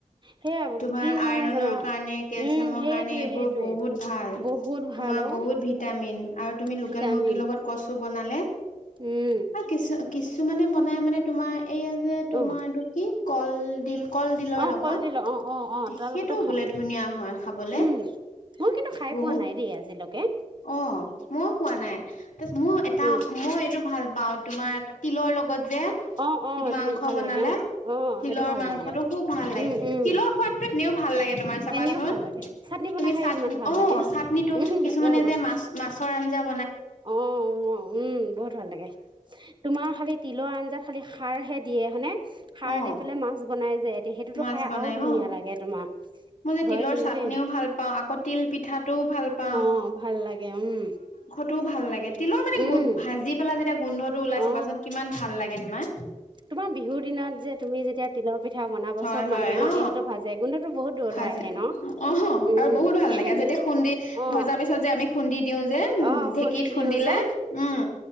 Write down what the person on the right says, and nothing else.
সেয়া
কি
মানে জানা
উম সেইটোৱে
সেইটোৱে
বহুত
ভাল অ
ভিটামিন
উম
অ
অ
কলডিল অ অ অ তেওঁলোকেতো
খাই
উম মই কিন্তু খাই
পোৱা নাই দেই আজিলৈকে।
অ
অ অ
ভাল
লাগে অ অ
সেইটো ভাল
লাগে
উম উম
এনেও ভাল লাগে চাটনি বনাই
খাই
ইমান ভাল
লাগে
উম
অ অ
অ উম বহুত ভাল লাগে তোমাৰ খালি তিলৰ আঞ্জাত খালি খাৰ হে দিয়ে হনে সাৰ
দি পেলাই মাছ বনাই যায় সিহঁতে সেইটোতো
খাই
আৰু ধুনীয়া
লাগে তোমাৰ।
হয়
কিন্তু
দেই
অ ভাল লাগে উম।
উম
অ
তোমাৰ বিহুৰ যে তুমি যেতিয়া তিলৰ পিঠা বনাব,
চব
মানুহে ন
তিলটো ভাজে গোন্ধতো বহুত দূৰলৈ
আহে ন
উম
সেইটোৱে
অ
অ
খুন্দি
দিওঁ যে,